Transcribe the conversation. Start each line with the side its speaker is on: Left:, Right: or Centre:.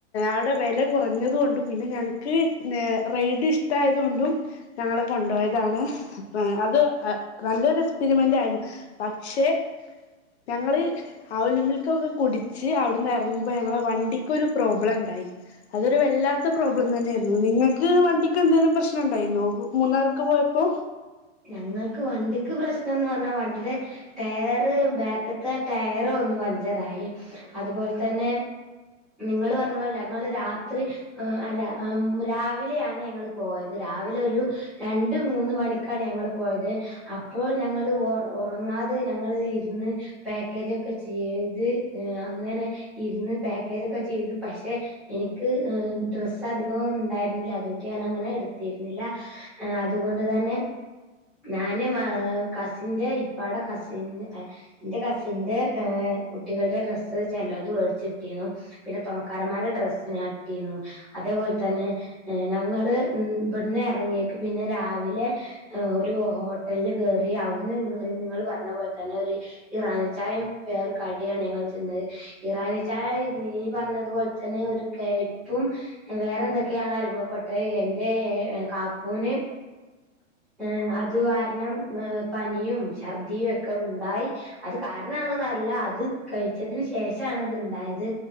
Left: ഔടെ വെല കുറഞ്ഞതു ഉണ്ട്. പിന്നെ ഞങ്ങക്ക് ഏ റെയ്ഡ് ഇഷ്ടായത് കൊണ്ടും ഞങ്ങളെ കൊണ്ടോയതാണ് അ അത് നല്ലൊരു എക്സ്പെരിമെന്റ് ആയിരുന്നു. പക്ഷെ ഞങ്ങള് ആ അവിൽ മിൽക്ക് ഒക്കെ കുടിച്ച് അവിട്ന്ന് എറങ്ങുമ്പ ഞങ്ങളെ വണ്ടിക്ക് ഒരു പ്രോബ്ലം ഉണ്ടായി. അതൊരു വല്ലാത്ത പ്രോബ്ലം തന്നെയായിരുന്നു. നിങ്ങക്ക് വണ്ടിക്ക് എന്തെങ്കിലും പ്രശ്നം ഇണ്ടായിന്നോ. മൂന്നാർക്ക് പോയപ്പോ
Centre: ഞങ്ങൾക്ക് വണ്ടിക്ക് പ്രശ്നംന്ന് പറഞ്ഞാ വണ്ടിയുടെ. ടയറ് ബാക്ക്ത്തെ ടയറ് ഒന്ന് പഞ്ചറായി. അതുപോലെ തന്നെ. നിങ്ങള് പറഞ്ഞ പോലല്ല ഞങ്ങള് രാത്രി. ആ അല്ല രാവിലെയാണ് ഞങ്ങള് പോയത്. രാവിലെ ഒരു രണ്ട് മൂന്ന് മണിക്കാണ് ഞങ്ങള് പോയത്. അപ്പോൾ ഞങ്ങള് ഒറങ്ങാതെ ഞങ്ങള് ഇരുന്ന്. പാക്കേജൊക്കെ ചെയ്ത് അങ്ങനെ ഇരുന്ന് പാക്കേജൊക്കെ ചെയ്ത് പക്ഷെ. എനിക്ക് ഡ്രസ്സ് അധികം ഉണ്ടായിരുന്നില്ല. അതൊട്ട് ഞാൻ അങ്ങനെ എടുത്തിരുന്നില്ല ആ അതുകൊണ്ട് തന്നെ ഞാന് കസിന്റെ ഇപ്പാടെ കസിന് <unintelligible> ന്റെ കസിന്റെഏ കുട്ടികളുടെ ഡ്രസ്സ് ചിലത് മേടിച്ചിട്ടിരുന്നു പിന്നെ തുണക്കാരന്മാരുടെ ഡ്രസ്ിനട്ടിു അതേപോലെ തന്നെ ഞങ്ങൾ ഉമ് ഇബടന്ന് എറങ്ങിയക്ക് പിന്നെ രാവിലെ ഒരു ഹോട്ടലില് കേറി അവിടുന്ന് നിങ്ങൾ പറഞ്ഞ പോലെ തന്നെ ഒരു ഈറനിചായം പേർ കടിയാണ് ഞങ്ങൾ തിന്നത് ഇറാനച്ചാ നീ പറഞ്ഞതു പോലെ തന്നെ ഒരു കപ്പും വേറെ എന്തൊക്കെയാണ് അനുഭവപ്പെട്ട് എന്റെ കാക്കൂന് ഏഹ് അത് കാരണം ഏ പനിയും ഛർദിയുമക്കെ ഉണ്ടായി അത് കാരണണോന്നറില്ല അത് കഴിച്ചതിന് ശേഷണ ഇത്ണ്ടായത്